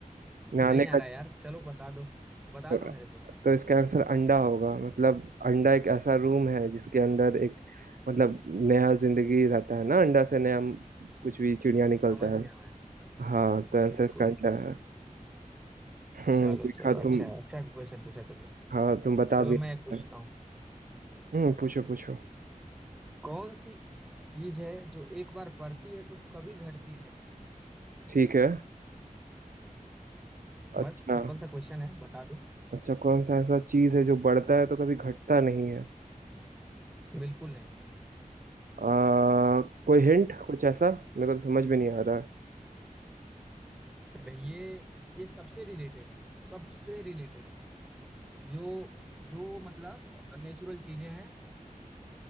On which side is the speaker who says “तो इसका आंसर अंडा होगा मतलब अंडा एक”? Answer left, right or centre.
Right